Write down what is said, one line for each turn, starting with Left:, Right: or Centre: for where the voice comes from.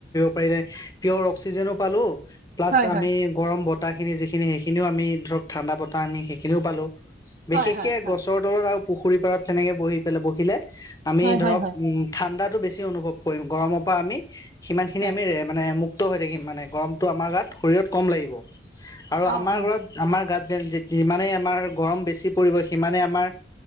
Left: পাৰিলে পিঅৰ অক্সিজেনোও পালো প্লাছ
Right: হয়
Left: আমি
Right: হয়
Left: গৰম বতাহিনি যিখিনি সেইখিনিওম ধৰক ঠাণ্ডা বতাহ সেইখিনিও পালোঁ। বিশেষকে
Right: হয় হয় হয়
Left: গছৰ তলত আৰু পুখুৰী পাৰত তেনেকে বহি পেলাই বহিলে। আমি
Right: হয়
Left: ধৰক
Right: হয় হয়
Left: উম ঠাণ্ডাতটো বেছি অনুভৱ কৰিম গৰমৰ পৰা আমি সিমানখিনি
Right: হয়
Left: আমি। মানে মুক্ত হৈ থাকিম মানে গৰমটো আমাৰ গাত শৰীৰত কম লাগিব আৰু
Right: অ
Left: আমাৰ
Right: অ
Left: ঘৰত। আমাৰ গাত যেন যিমানে আমাৰ গৰম বেছি পৰিব সিমানে আমাৰ।